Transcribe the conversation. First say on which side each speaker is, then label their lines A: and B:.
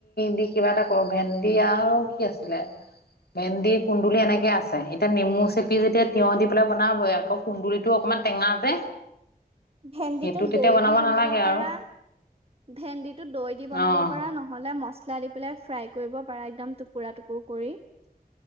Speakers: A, on the left; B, on the right.
A: দি কিবা এটা কৰো, ভেন্দি আৰু কি আছিলে? ভেন্দি কুন্দুলি এনেকে আছে, এতিয়া নেমু চেপি যেতিয়া তিয়হ দি পেলাই বনাবই আকৌ। কুন্দুলীতো অকমান টেঙা যে।
B: ভেন্দিটো
A: সেইটো তেতিয়া
B: দৈ দি বনাব
A: নালাগে
B: পাৰা।
A: আৰু
B: ভেন্দিটো দৈ দি বনাব
A: অ',
B: পাৰা, নহলে মছলা দি- পেলাই ফ্ৰাই কৰিব পাৰা একদম টুকুৰা-টুকুৰ কৰি।